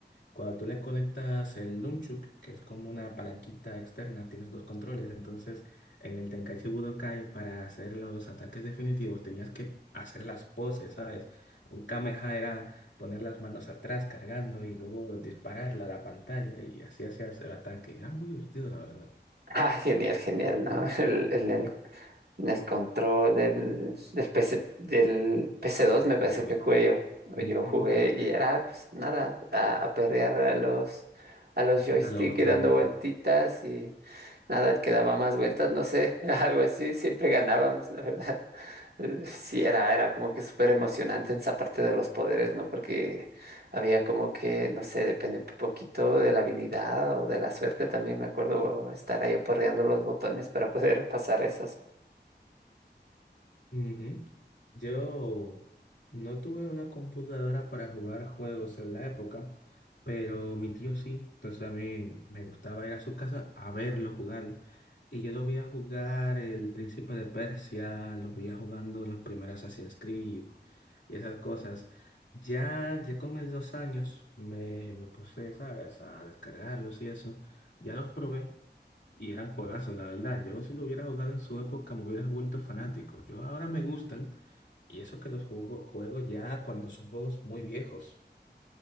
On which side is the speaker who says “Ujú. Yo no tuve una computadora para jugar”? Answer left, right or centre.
Left